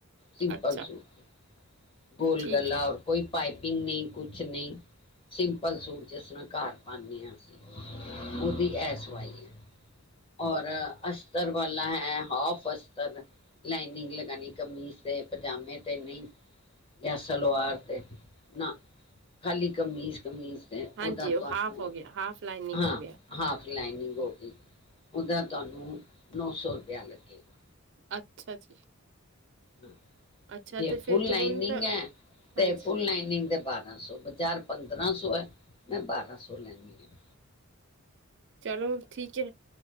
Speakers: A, on the left; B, on the right.
A: ਸਿੰਪਲ
B: ਅੱਛਾ
A: ਸੂਟ ਗੋਲ
B: ਠੀਕ
A: ਗਲਾ
B: ਹੈ
A: ਔਰ ਕੋਈ ਪਾਈਪਿੰਗ ਨਈ ਕੁਛ ਨਈ। ਸਿੰਪਲ ਸੂਟ ਜਿਸ ਤਰਾ ਘਰ ਪਾਨੇ ਆ ਅਸੀ। ਓਦੀ ਐ ਸਵਾਈ ਐ ਔਰ
B: ਠੀਕ
A: ਅ
B: ਹੈ
A: ਅਸਤਰ ਵਾਲਾ ਹੈ ਹਾਫ ਅਸਤਰ ਲਾਈਨਿੰਗ ਲਗਾਨੀ ਕਮੀਜ ਤੇ ਪਜਾਮੇ ਤੇ ਨਈ। ਜਾਂ ਸਲਵਾਰ ਤੇ ਨਾ ਖਾਲੀ ਕਮੀਜ ਕਮੀਜ ਤੇ
B: ਹਾਂਜੀ
A: ਓਦਾ
B: ਉਹ
A: ਤੁਆਨੂੰ
B: ਹਾਫ ਹੋ ਗਿਆ ਹਾਫ ਲਾਈਨਿੰਗ
A: ਹਾਂ
B: ਹੋ ਗਿਆ
A: ਹਾ ਲਾਈਨਿੰਗ ਹੋ ਗੀ ਉਦਾ ਤੁਆਨੂੰ ਨੌ ਸੌ ਰੁਪਇਆ ਲੱਗੇਗਾ।
B: ਅੱਛਾ ਜੀ।
A: ਹਾ,
B: ਅੱਛਾ
A: ਜੇ
B: ਤੇ
A: ਫੁੱਲ
B: ਫਿਰ
A: ਲਾਈਨਿੰਗ
B: ਹੁਣ ਤਾਂ
A: ਐ,
B: ਹਾਂਜੀ
A: ਤੇ ਫੁੱਲ ਲਾਈਨਿੰਗ ਦੇ ਬਾ ਰਾਂ ਸੋ, ਬਾਜਾਰ ਪੰਦਰਾਂ ਸੌ ਐ, ਮੈਂ ਬਾਰਾ ਸੌ ਲੈਨੀ ਆ।
B: ਚਲੋ ਠੀਕ ਐ,